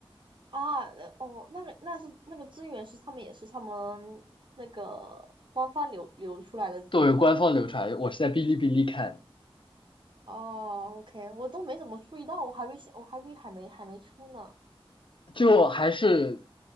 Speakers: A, on the right (about 55°); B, on the left (about 60°).
A: 啊？呃哦，那个那是那个资源是他们也是他们那个官方流流出来的资源吗？
B: 作为官方流传，我是在哔哩哔哩看，
A: 哦，OK，我都没怎么注意到，我还没我还没还没还没出呢。
B: 就还是